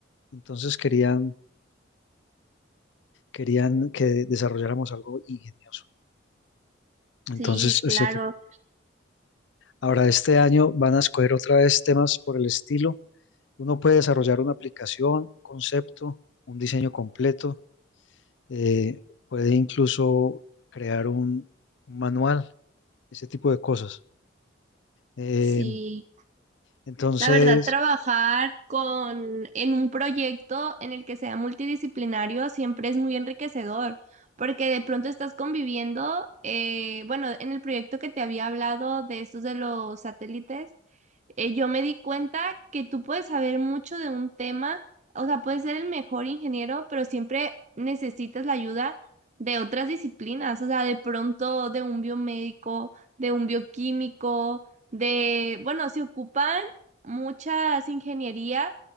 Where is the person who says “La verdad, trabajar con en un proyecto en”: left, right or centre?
Right